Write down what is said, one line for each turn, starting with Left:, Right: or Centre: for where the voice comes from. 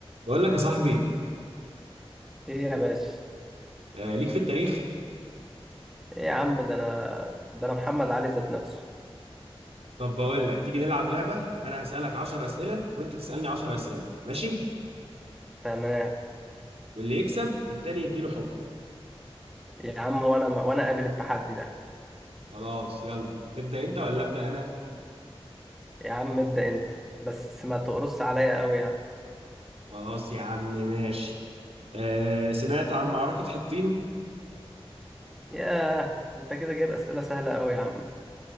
Right: بقول لك يا صاحبي
Centre: ايه يا باشا
Right: آه، ليك في التاريخ
Centre: ايه يا عم ده انا ده انا محمد علي ذات نفسه
Right: طب بقول لك تيجي نلعب لعبة انا هسألك 10 أسئلة وانت تسألني 10 أسئلة ماشي
Centre: تمام
Right: واللي يكسب التاني يديله حكم
Centre: يا عم وانا وانا قابل التحدي ده
Right: خلاص يلا تبدأ انت ولا أبدأ انا
Centre: يا عم ابدأ انت بس ما تقرص عليا قوي يعني
Right: خلاص يا عم ماشي آه سمعت عن معركة حطين
Centre: ياه انت كده جايب اسئلة سهلة قوي يا عم